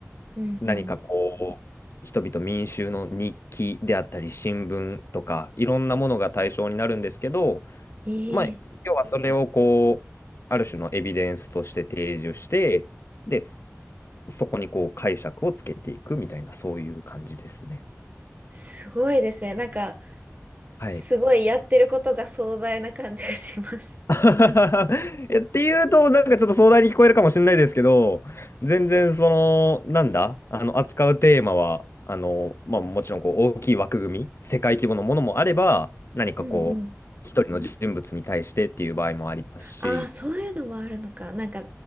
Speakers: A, on the right (about 35°); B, on the left (about 55°).
A: うんうん。
B: 何かこう、人々民衆の日記であったり、新聞とか、いろんなものが対象になるんですけど、
A: ええー
B: まあ、要はそれをこう、ある種のエビデンスとして提示して、で、そこにこう解釈をつけていくみたいな、そういう感じですね。
A: すごいですね。なんか、
B: はい。
A: すごいやってることが壮大な感じがします。
B: <laughs> いやっていうと、なんかちょっと壮大に聞こえるかもしれないですけど、全然その、なんだ、あの、扱うテーマは、あの、まあもちろんこう大きい枠組み、世界規模のものもあれば、何かこう、
A: うんうん。
B: 一人の人物に対してっていう場合もありますし、
A: ああ、そういうのもあるのか。なんか、